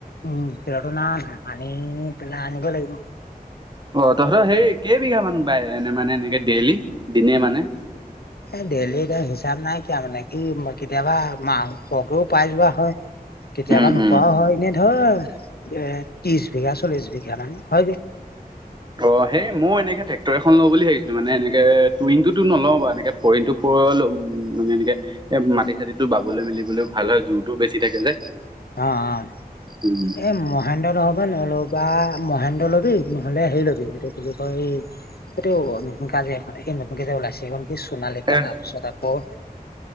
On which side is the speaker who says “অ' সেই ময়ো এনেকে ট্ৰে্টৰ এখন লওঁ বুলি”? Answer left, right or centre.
Right